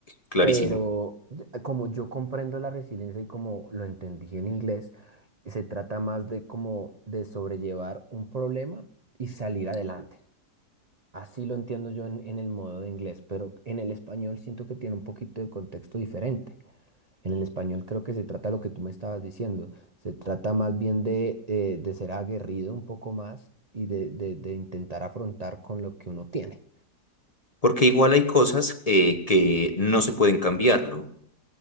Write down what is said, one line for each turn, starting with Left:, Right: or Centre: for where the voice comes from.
Left: clarísimo.
Right: Pero ya- como yo comprendo la resiliencia y como lo entendí en inglés, se trata más de como de sobrellevar un problema y salir adelante. Así lo entiendo yo en, en el modo de inglés, pero en el español siento que tiene un poquito de contexto diferente. En el español creo que se trata lo que tú me estabas diciendo. Se trata más bien de, eh, de ser aguerrido un poco más y de, de de intentar afrontar con lo que uno tiene.
Left: Porque igual hay cosas eh, que no se pueden cambiar, ¿no?